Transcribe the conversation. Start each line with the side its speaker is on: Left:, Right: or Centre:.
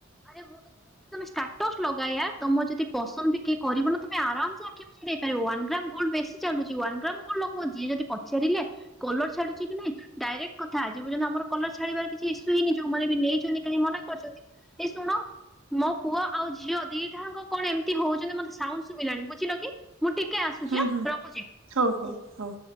Centre: ଆରେ ମୁଁ ତ କୋହୁଚି ଚ ଲଗାଇବା ତମ ଯଦି ପସନ୍ଦ ବି କିଏକରିବନା ତମେ ଆରାମସ ଆଖି ବୁଝେଇାଇପାର ୱାନ୍ ଗ୍ରାମ ଗୋଲଡ ବେଶୀ ଚାଲଛି ୱାନ୍ ଗ୍ରାମ କଣ ଲୋକ ଯିଏ ଯଦି ପଚାରିଲେ କଲର ଛାଡୁଛି କି ନାଇଁ ଡାଇରେକ୍ଟ କଥା ଆଜି ପର୍ଯ୍ୟନ୍ତ ଆମର କଲର ଛାଡିବାର କିଛି ଇସ୍ୟୁ ହିଁନି ଯୋଉମାନେ ବି ନେଇଛନ୍ତି କି ମନେ କରିଛନ୍ତି ଏ ଶୁଣ ମୋ ପୁଅ ଆଉ ଝିଅ ଦିଟାଙ୍କ କଣ ଏମିତି ହଉଛନ୍ତି ମତେ ସାଉଣ୍ଡ ଶୁଭିଲାଣି ବୁଝିଲ କି। ମୁଁ ଟିକେ ଆସୁଛି
Right: ହୁଁ ହୁଁ
Centre: ରଖୁଛି।
Right: ହଉ ହଉ
Centre: ହୁ।
Right: ହଉ।